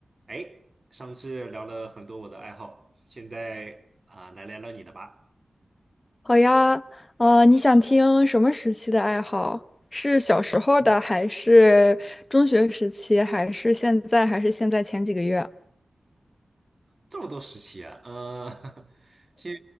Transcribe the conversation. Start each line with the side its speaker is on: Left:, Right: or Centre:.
Right: 哎，上次聊了很多我的爱好，现在啊、来聊聊你的吧。
Left: 好呀，呃，你想听什么时期的爱好？是小时候的，还是中学时期，还是现在，还是现在前几个月
Right: 这么多时期啊，呃，<laughs> 先